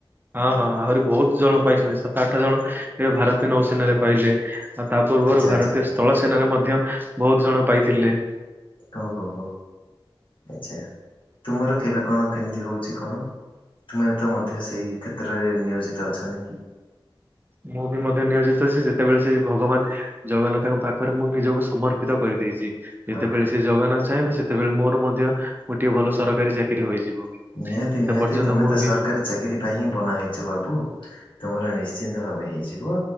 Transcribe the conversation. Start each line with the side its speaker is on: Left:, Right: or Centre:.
Right: ହଁ ହଁ ଆହୁରି ବୋହୁତ ଜଣ ପାଇଛନ୍ତି ସାତ ଆଠ ଜଣ ଏ ଭାରତୀୟ ନୌସେନାରେ ପାଇଲେ। ଆଉ ତା ପୂର୍ବରୁ
Left: ଆଚ୍ଛା
Right: ଭାରତୀୟ
Left: ଆଚ୍ଛା
Right: ସ୍ଥଳ ସେନାରେ ମଧ୍ୟ ବୋହୁତ ଜଣ ପାଇଥିଲେ।
Left: ଓହୋ ହୋ ଆଚ୍ଛା ତୁମର କେବେ କଣ କେମିତି ହଉଚି କଣ? ତୁମେ ତ ମଧ୍ୟ ସେଇ କ୍ଷେତ୍ରରେ ନିୟୋଜିତ ଅଛ ନାଇଁ କି?
Right: ମୁଁ ବି ମଧ୍ୟ ନିୟୋଜିତ ଅଛି ଯେତେବେଳେ ସେଇ ଭଗବାନ ଜଗନ୍ନାଥଙ୍କ ପାଖରେ ମୁଁ ନିଜକୁ ସମର୍ପିତ କରିଦେଇଚି।
Left: ହଁ
Right: ଯେତେବେଳେ
Left: ହଁ।
Right: ସେ ଜଗନ୍ନାଥ ଚାହିଁବେ ସେତେବେଳେ ମୋର ମଧ୍ୟ ଗୋଟିଏ ଭଲ ସରକାରୀ ଚାକିରି ହୋଇଯିବ।
Left: ନିହାତି
Right: ସେତେ
Left: ନିହାତି
Right: ପର୍ଯ୍ୟନ୍ତ
Left: ତୁମେ
Right: ମୁଁ
Left: ତ
Right: ବି
Left: ସରକାରୀ ଚାକିରି ପାଇଁ ହିଁ ବନା ହେଇଚ ବାବୁ। ତୁମର ନିଶ୍ଚିନ୍ତ ଭାବେ ହେଇଯିବ।